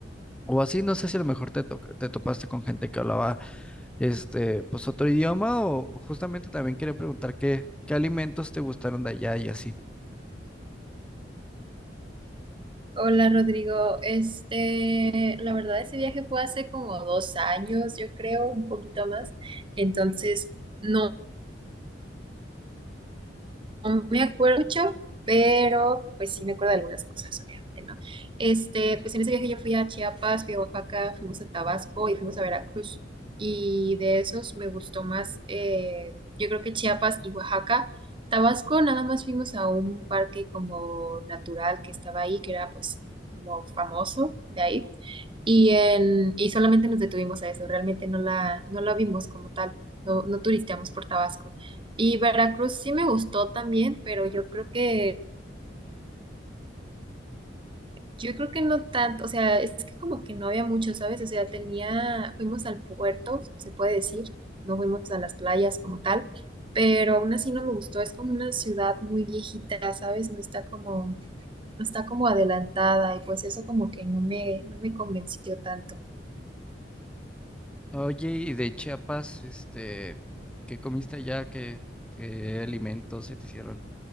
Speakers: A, in the centre; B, on the right.
A: o así, no sé si a lo mejor te, to- te topaste con gente que hablaba este, pues otro idioma o justamente también quería preguntar qué, qué alimentos te gustaron de allá y así.
B: Hola Rodrigo, este, la verdad ese viaje fue hace como dos años, yo creo, un poquito más, entonces no, no me acuerdo mucho, pero pues sí me acuerdo de algunas cosas, obviamente, ¿no? Este, pues en ese viaje yo fui a Chiapas, fui a Oaxaca, fuimos a Tabasco y fuimos a Veracruz. Y de esos me gustó más, eh, yo creo que Chiapas y Oaxaca. Tabasco nada más fuimos a un parque como natural que estaba ahí, que era pues como famoso de ahí. Y, en, y solamente nos detuvimos a eso, realmente no la, no la vimos como tal, no, no turisteamos por Tabasco. Y Veracruz sí me gustó también, pero yo creo que, yo creo que no tanto, o sea, es que como que no había mucho, ¿sabes? O sea, tenía, fuimos al puerto, se puede decir, no fuimos a las playas como tal, pero aún así no me gustó, es como una ciudad muy viejita, ¿sabes? No está como, no está como adelantada y pues eso como que no me, no me convenció tanto.
A: Oye, y de Chiapas, este, ¿qué comiste allá? ¿Qué, qué alimentos se te hicieron?